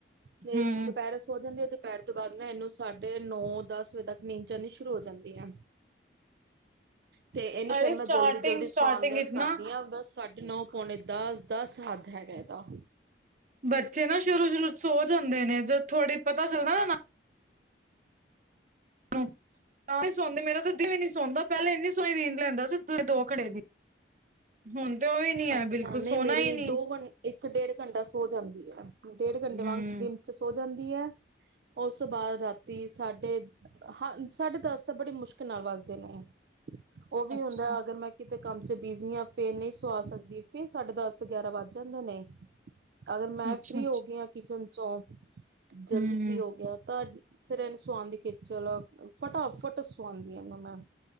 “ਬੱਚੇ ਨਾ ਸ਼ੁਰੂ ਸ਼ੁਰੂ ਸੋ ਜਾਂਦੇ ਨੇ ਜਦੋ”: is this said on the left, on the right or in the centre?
Right